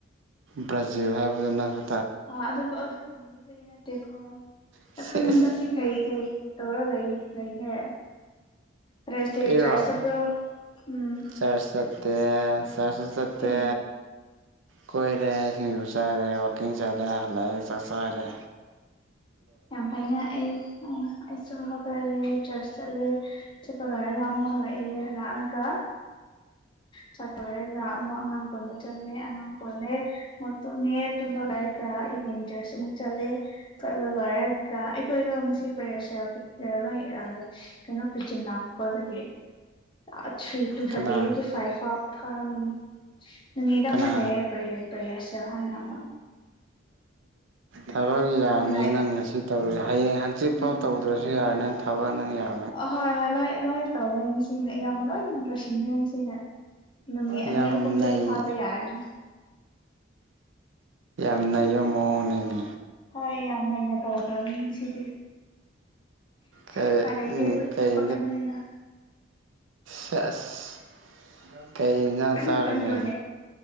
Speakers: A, on the right; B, on the left.
A: ꯕ꯭ꯔꯥꯖꯤꯜ ꯍꯥꯏꯕꯗ ꯅꯪꯈ
B: ꯑ ꯑꯗꯨ ꯑꯗꯨꯒꯨꯝꯕꯒꯤ ꯀꯩ ꯅꯠꯇꯦꯀꯣ
A: ꯁꯦꯁ
B: ꯑꯗꯨꯗ ꯃꯗꯁꯤ ꯀꯩ ꯀꯩ ꯇꯧꯔ ꯂꯩ ꯂꯩꯒꯦ ꯊꯔꯁꯗꯦ
A: ꯑꯦꯔ
B: ꯆꯔꯁ ꯆꯠꯄ꯭ꯔꯣ ꯎꯝ
A: ꯆꯥꯠ ꯇꯦꯁ ꯆꯠꯁ ꯁꯠꯇ
B: ꯀꯩꯒꯤ
A: ꯀꯣꯏꯔꯦ ꯁꯤꯡ ꯌ ꯆꯔꯦ ꯋꯀꯤꯡ ꯆꯠꯂꯦ ꯍꯜꯂꯛꯑꯦ ꯆꯥꯛ ꯆꯔꯦ
B: ꯌꯥꯝ ꯄꯥꯏꯅ ꯑꯩ ꯑ ꯁ꯭ꯀꯨꯜ ꯍꯥꯒꯠꯂꯦ ꯆꯔꯁ ꯆꯠꯂꯦ ꯆꯠꯄ ꯂꯣꯏꯔꯒ ꯑꯃꯨꯛ ꯍꯜꯂꯛꯑꯦ ꯍꯜꯂꯛꯑꯒ ꯆꯠ ꯂꯣꯏꯔꯒ ꯑꯃꯨꯛ ꯑꯉꯥꯡ ꯀꯣꯟꯕ ꯆꯠꯂꯦ ꯑꯉꯥꯡ ꯀꯣꯜꯂꯦ ꯑꯃꯨ ꯇꯨꯝꯃꯦ ꯇꯨꯝꯕ ꯂꯥꯏꯔꯒ ꯏꯚꯅꯤꯡ ꯇꯔꯁꯨ ꯑꯃꯨꯛ ꯆꯠꯂꯦ ꯆꯠꯂ ꯂꯣꯏꯔꯒ ꯑꯩꯈꯣꯏꯗꯣ ꯉꯁꯤ ꯄꯩꯔ ꯂꯣꯏ ꯀꯩꯅꯣ ꯄꯤꯆꯤꯟ ꯂꯥꯛ ꯈꯣꯠꯄꯣ ꯑꯗꯨꯒꯤ ꯑ ꯇꯨ ꯊꯥꯔꯇꯤꯦ
A: ꯀꯅꯥ
B: ꯐꯥꯎ ꯀꯥꯔ ꯑꯃꯅꯤꯅꯤ ꯅꯤꯗ
A: ꯀꯅꯥ
B: ꯑꯃ ꯂꯩꯔꯦ ꯄ꯭ꯔꯦ ꯄ꯭ꯔꯦꯔꯁꯦꯜ ꯍꯥꯏꯅ ꯑꯃ
A: ꯊꯕꯛ ꯌꯥꯝꯃꯦ
B: ꯌꯨꯅꯥꯏꯠ
A: ꯅꯪ ꯉꯁꯤ ꯇꯧꯔꯦ ꯍꯌꯦꯡ ꯍꯟꯆꯤꯠꯐꯥꯎ
B: ꯎꯝ
A: ꯇꯧꯗ꯭ꯔꯁꯨ ꯌꯥꯔꯅꯤ ꯊꯕ ꯅꯉ ꯌꯥ
B: ꯍꯣꯏ ꯍꯣꯏ ꯂꯣꯏ ꯂꯣꯏ ꯇꯧꯋꯦ ꯁꯤ ꯌꯥꯝ ꯑꯃ ꯂꯩ ꯔꯁꯤꯟꯗꯦꯟꯁꯤꯅ ꯅꯨꯃꯤꯠ
A: ꯌꯥꯝ
B: ꯑꯅꯤ ꯑꯍꯨꯝꯗꯤ
A: ꯅꯩ
B: ꯄꯣꯊꯥꯕ ꯌꯥꯔꯅꯤ
A: ꯑ ꯌꯨꯝ ꯃꯑꯣꯅꯤꯅꯦ
B: ꯍꯣꯏ ꯌꯥꯝ ꯅꯩꯅꯅ ꯇꯧꯈ꯭ꯔꯕ ꯃꯤꯁꯤꯗꯤ
A: ꯀꯩ
B: ꯎꯄꯥꯏ ꯂꯩꯇꯦ
A: ꯎꯝ
B: ꯑꯩꯈꯣꯏꯗꯤ
A: ꯀꯩ
B: ꯊꯕꯛ ꯀꯟꯕꯅꯤꯅ
A: ꯐꯦꯁ ꯀꯩ ꯏꯟꯁꯥꯡ
B: ꯀꯟꯕꯨ
A: ꯆꯥꯔꯒꯦ
B: ꯀꯟꯗ꯭ꯔꯣꯅꯦ